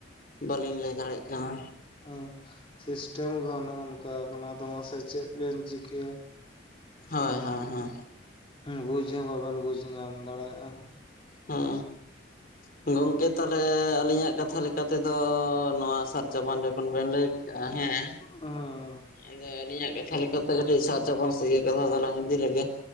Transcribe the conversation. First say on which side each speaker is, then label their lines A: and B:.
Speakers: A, on the left (about 45°); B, on the left (about 30°).
A: ᱵᱟᱹᱞᱤᱧ ᱞᱟᱹᱭ ᱫᱟᱲᱮᱭᱟᱜ ᱠᱟᱱᱟ᱾
B: ᱦᱮ ᱥᱤᱥᱴᱮᱢ ᱜᱮ ᱚᱱᱠᱟ ᱠᱟᱱᱟ ᱟᱫᱚ ᱢᱟᱥᱮ ᱪᱮᱫ ᱵᱮᱱ ᱪᱤᱠᱟᱹᱭᱟ?
A: ᱦᱳᱭ ᱦᱳᱭ ᱦᱳᱭ
B: ᱵᱩᱡ ᱦᱚᱸ ᱵᱟᱵᱮᱱ ᱵᱩᱡ ᱧᱟᱢ ᱫᱟᱲᱮᱭᱟᱜᱼᱟ᱾
A: ᱦᱮᱸ ᱦᱮᱸ ᱜᱚᱝᱠᱮ ᱛᱟᱦᱚᱞᱮ ᱟᱹᱞᱤᱧᱟᱜ ᱠᱟᱛᱷᱟ ᱞᱮᱠᱟᱼᱼ ᱠᱟᱛᱷᱟ ᱛᱮᱫᱚ ᱱᱚᱣᱟ ᱥᱟᱨ ᱪᱟᱵᱟᱱ ᱡᱚᱠᱷᱚᱱ ᱵᱮᱱ ᱞᱟᱹᱭ ᱠᱮᱜᱼᱟ ᱦᱮᱸ
B: ᱦᱮᱸ
A: ᱟᱫᱚ ᱟᱹᱞᱤᱧᱟᱜ ᱠᱟᱛᱷᱟ ᱞᱮᱠᱟᱛᱮ ᱠᱟᱹᱴᱤᱡ ᱥᱟᱨᱤ ᱪᱟᱯᱟᱱ ᱥᱮᱜ ᱜᱮ ᱠᱟᱛᱷᱟ ᱫᱚᱞᱟᱝ ᱤᱫᱤ ᱞᱮᱜᱮ᱾